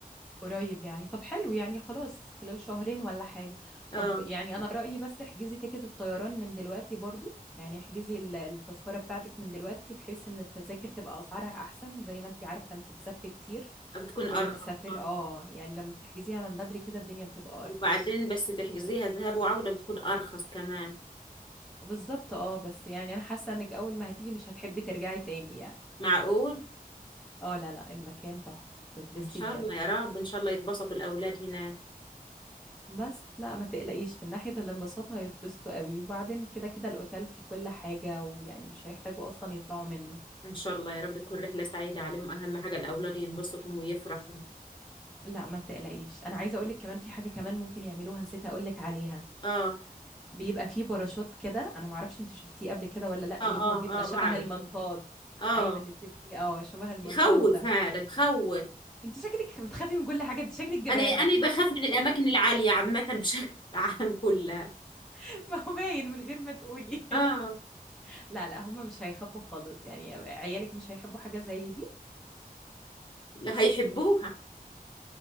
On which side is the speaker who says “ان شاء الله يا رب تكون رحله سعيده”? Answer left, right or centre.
Left